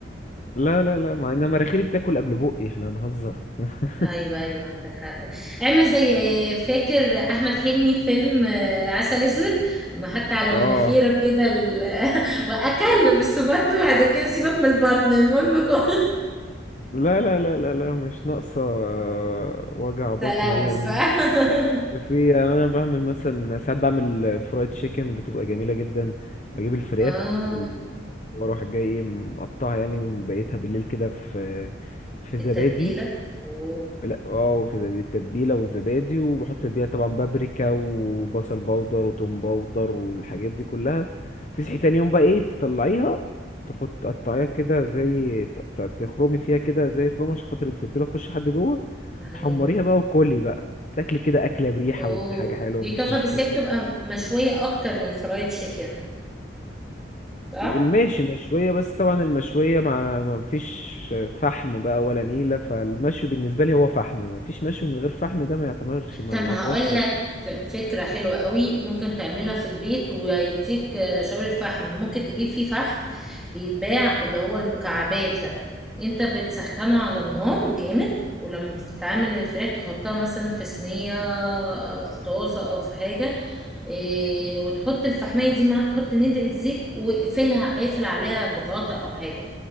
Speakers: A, on the left; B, in the centre.
A: لا لا لا ما انا مناخيري بتاكل قبل بقي احنا هنهزر <laughs>
B: ايوه ايوه عندك حق اعمل زي فاكر احمد حلمي في فيلم آه، عسل اسود ما حتى على
A: اه
B: مناخيره كده ال... <laughs> واكل بس بطنه بعد كده سيبك من البطن المهم كل
A: لا لا لا لا لا مش ناقصة آه، وجع بطن
B: <laughs> تلوث
A: هي يعني
B: <laughs>
A: في يعني أنا بعمل مثلا ساعات بعمل الفرايد تشيكن بتبقى جميلة جدا بجيب الفراخ
B: اه
A: و- وأروح جاي مقطعها يعني ومبيتها بالليل كده في في
B: في
A: زبادي
B: التتبيلة اوه
A: لا اه في زب- التتبيله والزبادي وبحط تتبيله طبعا بابريكا وبصل باودر وتوم باودر والحاجات دي كلها تصحي تاني يوم بقى ايه تطلعيها تحط تقطعيها كده زي ت- ت- تخرمي فيها كده زي خرومه عشان خاطر التتبيله تخش لحد جوه
B: محل
A: تحمريها
B: جون
A: بقى وكلي بقى تاكلي كده اكله بريحه
B: اوه
A: ودي حاجه حلوه
B: دي
A: مش
B: تحفة
A: مش
B: بس
A: فسيخ
B: هي بتبقى مشوية اكتر من فرايد تشيكن صح؟
A: إيه، ماشي مشوية بس طبعا المشوية ما ما فيش فحم بقى ولا نيلة فالمشوي بالنسبة لي هو فحم ما فيش مشوي من غير فحم ده ما يعتبرش ما
B: طب ما
A: ما يعتبرش
B: هقول
A: مشوي
B: لك فكرة حلوة قوي ممكن تعملها في البيت وهيديك آه، شاور الفحم ممكن تجيب فيه فحم بيتباع اللي هو المكعبات ده انت بتسخنه على النار جامد ولما بتتعمل الفراخ تحطها مثلا في صينية او في طاسة او في حاجة إيه وتحط الفحمية دي معاها تحط ندعي زيت واقفلها اقفل عليها بغطا او حاجة